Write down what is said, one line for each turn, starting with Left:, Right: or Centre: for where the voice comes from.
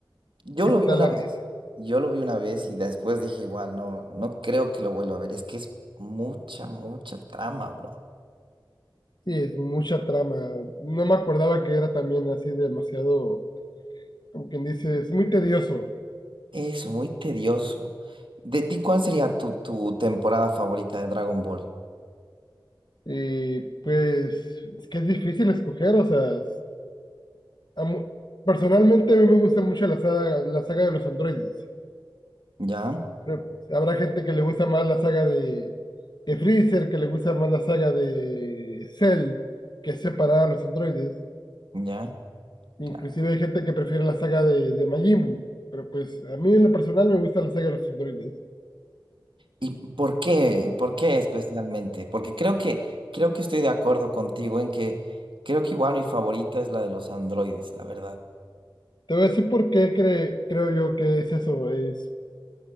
Right: Yo
Left: sí
Right: lo
Left: está
Right: vi una
Left: larguísimo.
Right: vez. Yo lo vi una vez y después dije igual, no, no creo que lo vuelva a ver. Es que es mucha, mucha trama, bro.
Left: Sí, es mucha trama. No me acordaba que era también así demasiado, como quien dice, es muy tedioso.
Right: Eso, muy tedioso. ¿De ti cuál sería tu, tu temporada favorita de Dragon Ball?
Left: Y pues es que es difícil escoger, o sea. A mu- personalmente a mí me gusta mucho la saga, la saga de los androides.
Right: ¿Ya?
Left: Pero habrá gente que le gusta más la saga de, de Freezer, que le gusta más la saga de Cell, que es separada a los androides.
Right: ¿Ya?
Left: Inclusive
Right: Claro.
Left: hay gente que prefiere la saga de, de Majin Buu. Pero pues a mí en lo personal me gusta la saga de los androides.
Right: ¿Y por qué? ¿Por qué especialmente? Porque creo que, creo que estoy de acuerdo contigo en que creo que igual mi favorita es la de los androides, la verdad.
Left: Te voy a decir por qué cre- creo yo que es eso. Es